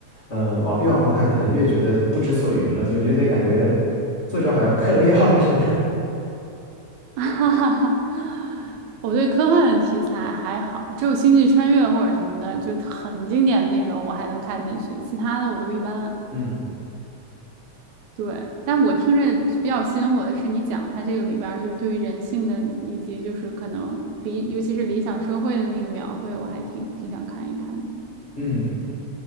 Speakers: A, on the left (about 45°); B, on the right (about 75°).
A: 嗯、往越往后看，可能越觉得不知所云了，就有点感觉作者好像嗑了药 <laughs> 似的。
B: <laughs> 哈哈哈，我对科幻的题材还好，只有《星际穿越》或者什么的，就很经典的那种，我还能看进去，其他的我都一般。
A: <laughs> 嗯
B: 对，但我听着比较吸引我的是，你讲它这个里边儿就是对于人性的，以及就是可能理，尤其是理想社会的那个描绘，我还挺挺想看一看的。
A: 嗯，